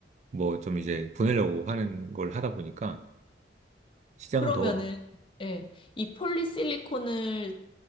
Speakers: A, on the right (about 40°); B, on the left (about 30°).
A: 뭐 좀 이제 보내려고 하는 걸 하다 보니까 시장은
B: 그러면은
A: 더
B: 예, 이 폴리실리콘을